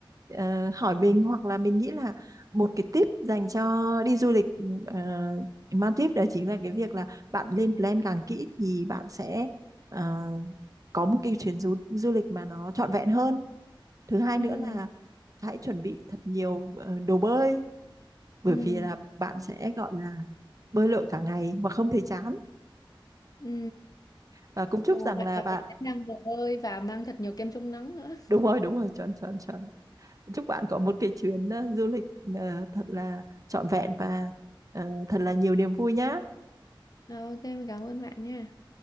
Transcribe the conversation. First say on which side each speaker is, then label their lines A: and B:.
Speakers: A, on the right; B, on the left.
A: ờ, hỏi mình hoặc là mình nghĩ là một cái tip dành cho đi du lịch ờ, Maldives đó chính là cái việc là bạn lên plan càng kỹ thì bạn sẽ ờ, có một cái chuyến du, du lịch mà nó trọn vẹn hơn. Thứ hai
B: ừ
A: nữa là hãy chuẩn bị thật nhiều ờ, đồ bơi bởi
B: ừ
A: vì là bạn sẽ gọi là bơi lội cả ngày mà không thấy chán.
B: ừ
A: Và cũng chúc
B: rồi
A: rằng
B: vậy
A: là
B: là
A: bạn
B: mình sẽ mang đồ bơi và mang thật nhiều kem chống nắng
A: <laughs>
B: nữa
A: đúng rồi, đúng rồi, chuẩn chuẩn chuẩn. Chúc bạn có một cái chuyến ờ, du lịch ờ, thật là trọn vẹn và ờ, thật là nhiều niềm vui nhá.
B: Rồi, ok, mình cảm ơn bạn nha.